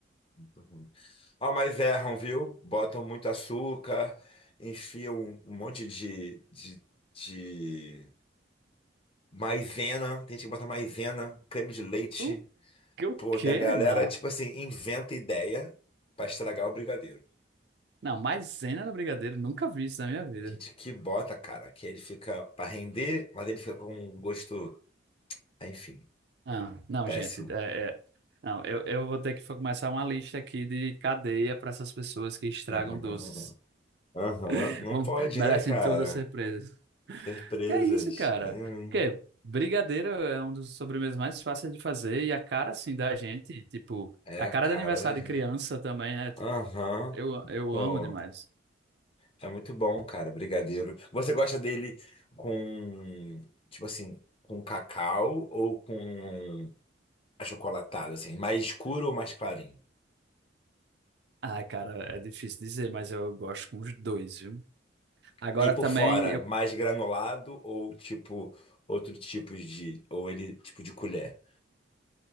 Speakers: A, on the left; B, on the right.
A: Muito ruim. Ó, mas erram, viu? Botam muito açúcar, enfiam um um monte de, de, de maisena. Tem gente que bota maisena, creme de leite.
B: O que? O
A: Pô,
B: quê?
A: tem a galera,
B: Não.
A: tipo assim, inventa ideia pra estragar o brigadeiro.
B: Não, maisena no brigadeiro, nunca vi isso na minha vida.
A: Tem gente que bota, cara, que ele fica pra render, mas ele fica com um gosto, enfim,
B: Ah, não,
A: péssimo.
B: gente. é- é- não, eu, eu vou ter que começar uma lista aqui de cadeia para essas pessoas que estragam
A: <laughs>
B: doces.
A: Aham,
B: <laughs>
A: Não
B: Vão,
A: pode,
B: merecem
A: né, cara?
B: todas as surpresas.
A: Surpresas.
B: Que é isso, cara?
A: É, hein?
B: Que brigadeiro é um dos sobremesas mais fáceis de fazer e a cara, assim, da gente, tipo,
A: É
B: a
A: a
B: cara
A: cara
B: de aniversário
A: da gente.
B: de criança também, né? Tipo,
A: Aham.
B: eu, eu
A: Pô,
B: amo demais.
A: é muito bom, cara, brigadeiro. Você gosta dele com, tipo assim, com cacau ou com achocolatado, assim, mais escuro ou mais clarinho?
B: Ai, cara, é difícil dizer, mas eu gosto com os dois, viu? Agora
A: E por
B: também,
A: fora,
B: eu...
A: mais granulado ou tipo outro tipo de, ou ele tipo de colher?